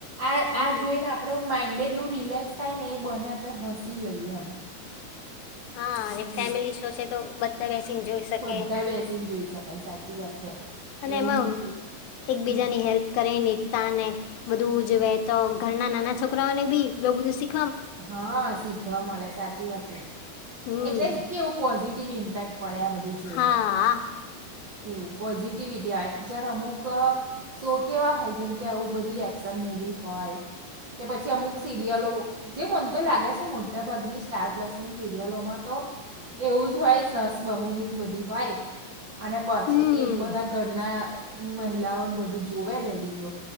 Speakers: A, on the right; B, on the left.
A: આ
B: હા
A: આ જોઈને આપણેું માઇન્ડ એટલું રિલેક્સ થાય ને એ બને આપણે હસી લઈએ એમ
B: હા અને ફેમિલી
A: એવું.
B: શો છે તો બધા બેસીને જોઈ શકે
A: બધા બેસીને જોઈ શકાય સાચી વાત છે
B: અને
A: એવું
B: એમાં
A: નહીં કે હમ
B: એકબીજાની હેલ્પ કરેને ને બધુંજવે તો ઘરના નાના છોકરાઓને બી બ બધુંીખ
A: હા શીખવા મળે સાચી વાત છે
B: હમ
A: એટલે કે એવું પોઝિટિવ ઇમ્પેક્ટ પડે આ બધું જોઈને
B: હા
A: એવું પોઝિટિવિટી આ કે જયારે અમુક શો કેવા હોય જગ્યા કે આવું બધું એક્શન મુવી હોય કે પછી અમુક સિરિયલો જે મન તો લાગે છે મોટાભાગની સ્ટાર પ્લસ સીરિયલોમાં તો એવું જ હોય સરસ બહુની જ બધી હોય અને પછી
B: હમ
A: એજ બધા ઘરના મહિલાઓને બધું જોવે લેડીઝો